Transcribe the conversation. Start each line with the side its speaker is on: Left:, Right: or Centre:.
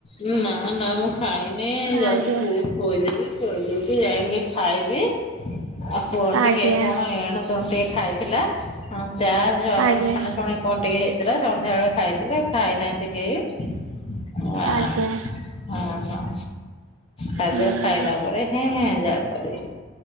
Left: ଉଁ ନାଁ ନାଁ ମୁଁ ଖାଇନି ଯାଉଚି
Right: ଆଜ୍ଞା।
Left: ପୁଅ ଖୋଇଦେବି ଖୋଇଦେଇକି ଯାଇକି ଖାଇବି ଆ ପୁଅ ଟିକେ
Right: ଆଜ୍ଞା
Left: କଣ ଏଣୁ କଣ ଟିକେ ଖାଇଥିଲା ଅଁ ଚା ଯୋଉ ଆମର
Right: ଆଜ୍ଞା
Left: ଛଣାଛୁଣି କଣ ଟିକେ ହେଇଥିଲା ସନ୍ଧ୍ୟାବେଳେ ଖାଇଥିଲେ ଖାଇନାହାନ୍ତି କେହି। ହଁ ହଁ
Right: ଆଜ୍ଞା
Left: ହଁ ଖାଦ୍ୟ
Right: ହୁଁ।
Left: ଖାଇଲା ପରେ ହେଁ ଯାଉ କରିବି